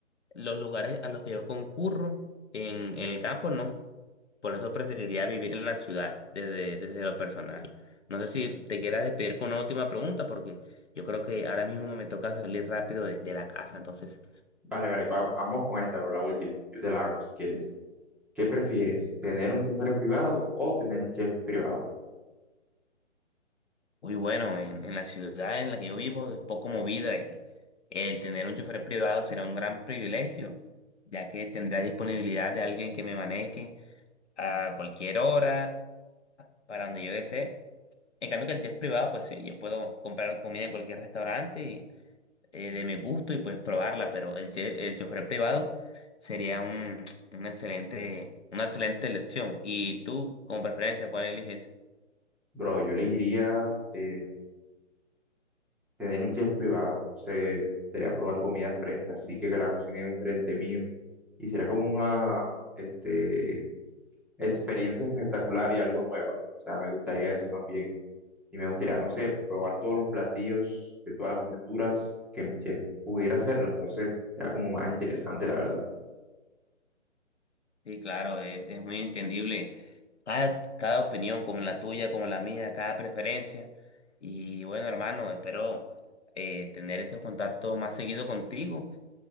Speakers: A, on the left (about 65°); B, in the centre.
A: los lugares a los que yo concurro en, en el campo, no. Por eso preferiría vivir en la ciudad desde, desde lo personal. No sé si te quieras despedir con una última pregunta, porque yo creo que ahora mismo me toca salir rápido de, de la casa. Entonces,
B: Vale, vale, va- vamos con esta, bro, la última. Yo te la hago si quieres. ¿Qué prefieres, tener un chofer privado o tener un chef privado?
A: muy bueno, en, en la ciudad en la que yo vivo es un poco movida y el tener un chofer privado será un gran privilegio, ya que tendrá disponibilidad de alguien que me maneje a cualquier hora, para donde yo desee. En cambio que el chef privado, pues sí, yo puedo comprar comida en cualquier restaurante eh, de mi gusto y pues probarla, pero el, che- el chofer privado sería un, una excelente, una excelente elección. ¿Y tú, como preferencia, cuál eliges?
B: Bro, yo elegiría eh, tener un chef privado. Se sería probar comida fresca, así que que la cocinen enfrente mío. Y sería como una este, experiencia espectacular y algo nueva. O sea, me gustaría eso también. Y me gustaría, no sé, probar todos los platillos de todas las culturas que mi chef pudiera hacerlo. Entonces, era como más interesante, la verdad.
A: Sí, claro, es, es muy entendible cada, cada opinión, como la tuya, como la mía, cada preferencia. Y bueno, hermano, espero eh, tener estos contactos más seguido contigo.